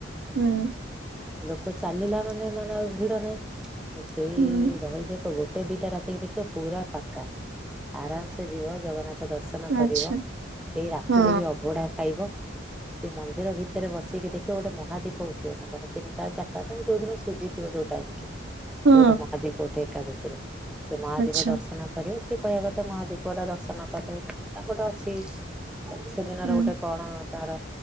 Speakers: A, on the right (about 75°); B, in the centre.
A: ହୁଁ।
B: ଲୋକ ଚାଲିଲା ମାନେ ମାନେ ଆଉ ଭିଡ ନାହିଁ। ସେଇ
A: ହୁଁ
B: ରହିବେ ଏକ ଗୋଟେ ଗୋଟେ ଦିଟା ରାତିକି ଦେଖିବ ପୁରା ଫାଙ୍କା। ଆରାମ ସେ ଯିବ ଜଗନ୍ନାଥ କୁରଙ୍କ ଦର୍ଶନ କରିବ,
A: ଆଚ୍ଛା
B: ସେଇ ରାତିରେ
A: ହଁ
B: ବି ଅବୁଢା ଖାଇବ ସେ ମନ୍ଦିର ଭିତରେ ବସିକି ଦେଖିବ ଗୋଟେ ମହାଦୀପ ଉଠିବ ତାଙ୍କର, ତିନଟା ଚାରିଟା ତାଙ୍କୁ ଯୋଉ ଦିନ ସୁଜିଥିବ ଯୋଉ ଟାଇମ୍। ସିଏ
A: ହଁ
B: ଗୋଟେ ମହାଦୀପ ଉଠେ ଏକାଦଶୀରେ। ସେ ମହାଦୀପ
A: ଆଚ୍ଛା
B: ଦର୍ଶନ କରିବ ସିଏ କହିଆ କଥା ମହାଦୀପଟା ଦର୍ଶନ କଲେ ତାଙ୍କ ଗୋଟେ ଅଛି ସେଦିନର
A: ହୁଁ।
B: ଗୋଟେ କଣ ତାର